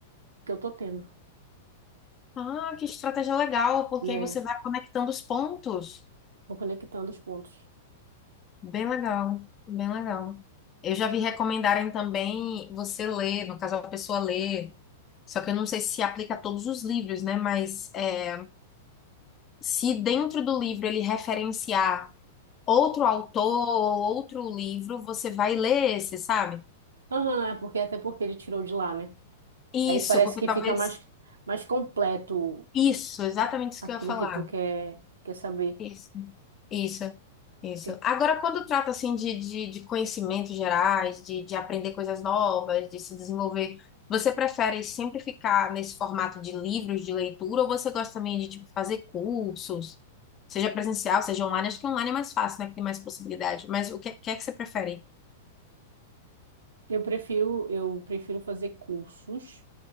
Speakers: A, on the right; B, on the left.
A: que eu tô tendo,
B: Ah, que estratégia legal, porque
A: né?
B: aí você vai conectando os pontos.
A: Vou conectando os pontos.
B: Bem legal, bem legal. Eu já vi recomendarem também você ler, no caso a pessoa ler, só que eu não sei se aplica a todos os livros, né? Mas é, se dentro do livro ele referenciar outro autor ou outro livro, você vai ler esse, sabe?
A: Aham, é porque até porque ele tirou de lá, né?
B: Isso,
A: Aí parece
B: porque
A: que
B: talvez.
A: fica mais, mais completo
B: Isso, exatamente isso
A: aquilo
B: que eu ia falar.
A: que tu quer, quer saber.
B: Isso, isso, isso.
A: Ok.
B: Agora, quando trata assim de, de, de conhecimentos gerais, de, de aprender coisas novas, de se desenvolver, você prefere sempre ficar nesse formato de livros de leitura ou você gosta também de tipo, fazer cursos, seja presencial, seja online? Acho que online é mais fácil, né? Que tem mais possibilidade. Mas o que, que é que você prefere?
A: Eu prefiro, eu prefiro fazer cursos,